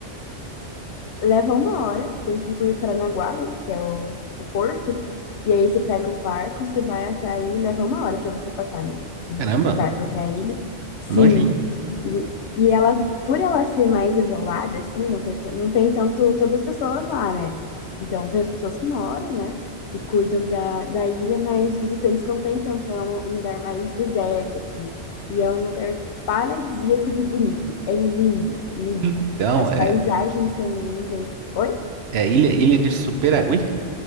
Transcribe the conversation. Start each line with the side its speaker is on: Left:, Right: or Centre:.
Left: Leva uma hora, tem que ir por Paranaguá, né, que é o, o porto. E aí você pega um barco e você vai até aí, leva uma hora pra você passar, né, de
Right: Caramba,
Left: barco até a ilha. Sim,
Right: nojinho.
Left: e, e ela, por ela ser mais isolada, assim, não tem, tan- não tem tanto todas as pessoas lá, né? Então, tem as pessoas que moram, né? E cuidam da, da ilha, mas visitantes não tem tanto. Então, é um um lugar mais deserto, assim. E é um lugar paradisíaco de bonito. É lindo, lindo.
Right: Que Legal.
Left: As
Right: É,
Left: paisagens são lindas. Oi?
Right: é Ilha, Ilha de Superagui?